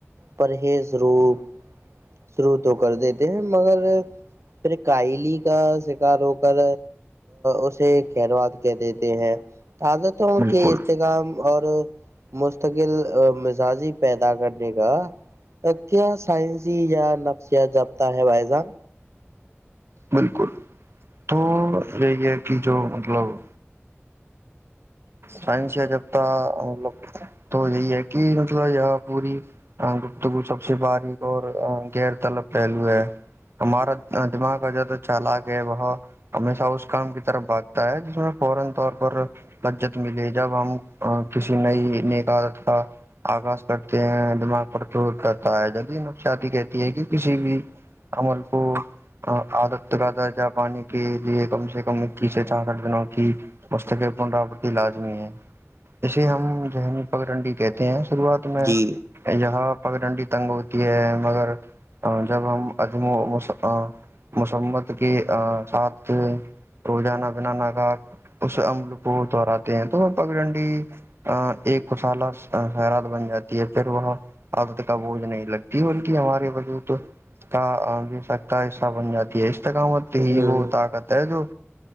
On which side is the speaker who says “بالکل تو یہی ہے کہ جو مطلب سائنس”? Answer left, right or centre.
Right